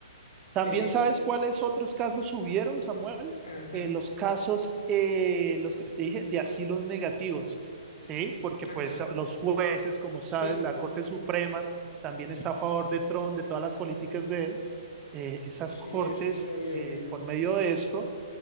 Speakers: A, on the right; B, on the left.
A: ¿También
B: Eh,
A: sabes cuáles otros casos subieron, Samuel?
B: ajá,
A: Eh, los casos, eh, los que te dije, de asilos negativos, ¿sí? Porque
B: ajá.
A: pues los jueces, como sabes,
B: Sí,
A: la Corte Suprema también está a favor de Trump, de todas las políticas de él. Eh, esas
B: sí,
A: cortes,
B: eso sí había
A: eh,
B: oído.
A: por medio de esto,